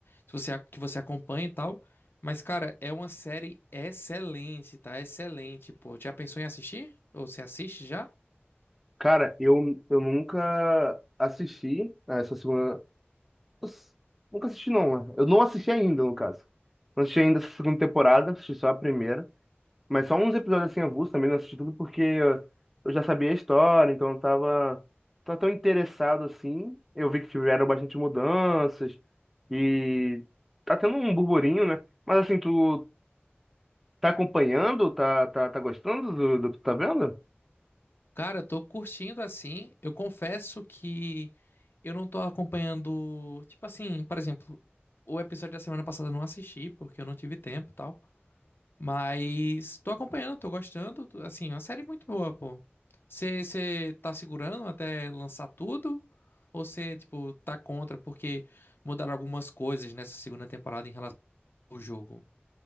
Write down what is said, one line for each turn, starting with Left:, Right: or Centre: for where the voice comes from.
Left: se você, que você acompanha e tal. Mas, cara, é uma série excelente, tá? Excelente, pô. Já pensou em assistir? Ou você assiste já?
Centre: Cara, eu, eu nunca assisti a essa segunda. Nossa, Nunca assisti, não. né? Eu não assisti ainda, no caso. Não assisti ainda essa segunda temporada, assisti só a primeira. Mas só uns episódios assim avulsos também, não assisti tudo porque eu já sabia a história, então eu tava, tava tão interessado assim. Eu vi que tiveram bastante mudanças e tá tendo um burburinho, né? Mas assim, tu tá acompanhando? Tá, tá, tá gostando do, do que tu tá vendo?
Left: Cara, tô curtindo assim. Eu confesso que eu não tô acompanhando. Tipo assim, por exemplo, o episódio da semana passada eu não assisti, porque eu não tive tempo e tal. Mas tô acompanhando, tô gostando. tô- Assim, é uma série muito boa, pô. Você tá segurando até lançar tudo? Ou você, tipo, tá contra porque mudaram algumas coisas nessa segunda temporada em relação ao jogo?